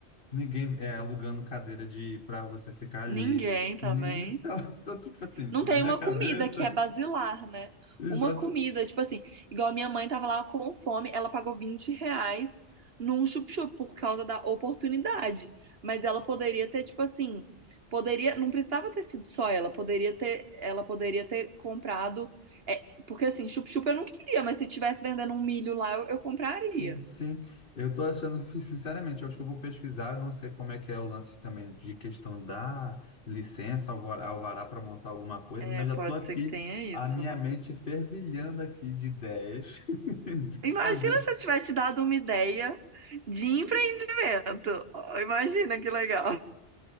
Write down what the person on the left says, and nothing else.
Ninguém é alugando cadeira de para você ficar ali.
Ninguém, tá, tá, <laughs> tipo assim,
na
minha
cabeça,
<laughs> exatamente.
Sim, eu tô achando, sinceramente, eu acho que eu vou pesquisar, eu não sei como é que é o lance também de questão da licença, alvar- alvará para montar alguma coisa,
mas
já tô aqui,
a minha
mente fervilhando aqui de ideias <laughs> do que
fazer.